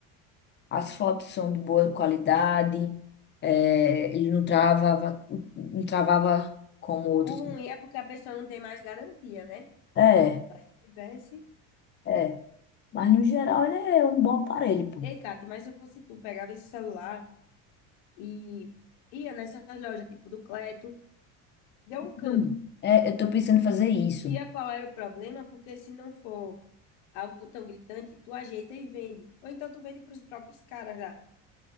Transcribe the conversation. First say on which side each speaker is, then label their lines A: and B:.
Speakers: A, on the left; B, on the left.
A: As fotos são de boa qualidade, é, ele não travava, não travava como outros.
B: O ruim é porque a pessoa não tem mais garantia, né?
A: É,
B: Mas se tivesse.
A: é. Mas no geral ele é um bom aparelho, pô.
B: Ei, Kate, mas se eu fosse tu, pegava esse celular e ia nessas lojas, tipo do Cleto, deu um canto.
A: Não. É, eu tô pensando em fazer isso.
B: Via qual era o problema, porque se não for algo tão gritante, tu ajeita e vende. Ou então tu vende para os próprios caras lá.